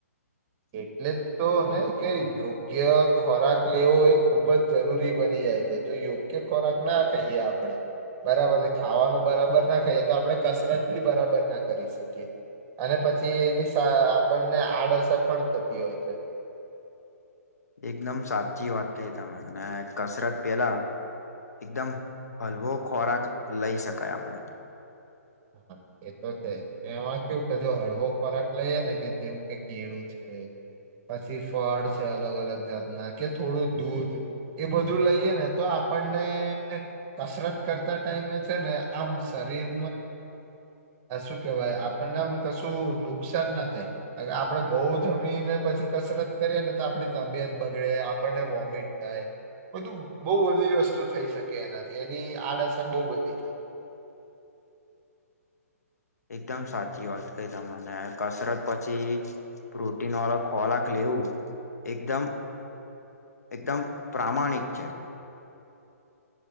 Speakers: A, on the right; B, on the left.
A: એટલે તો ને કે યોગ્ય ખોરાક લેવો એ ખુબ જ જરૂરી બની જાય છે. જો યોગ્ય ખોરાક ના ખઈએ આપણે. બરાબરને ખાવાનું બરાબર ના ખાઈએ તો આપડણે કસરત બી બરાબર ના કરી શકીએ. અને પછી એની આપણને આડઅસર પણ થતી હોય છે.
B: એકદમ સાચી વાત કહી તમે અને કસરત પેલા એકદમ હલવો ખોરાક લઈ શકાય આપણે.
A: હા એ તો છે એમાં કેવું કે જો હળવો ખોરાક લઈએ ને કે જેવું કે કેળું છે પછી ફળ છે અલગ અલગ જાતના કે થોડું દૂધ એ બધું લઈએે ને તો આપ પણને કસરત કરતા ટાઈમે છે ને આમ શરીર આ શું કહેવાય આપણને એમ કશું નુકસાન ના થાય આપડે બહુ જમીને પછ છી કસરત કરીએે ને તો આપણી તબિયત બગડે આપણને વોમિટ થાય બધું બહુ બધી વસ્તુ થઈ શકે એનાથી એની આડઅસર બહું બધી થાય.
B: એકદમ સાચી વાત કઈ તમને કસરત પછી પ્રોટીન વાળો ખોરાક લેવું એકદમ એકદમ પ્રામાણિક છે.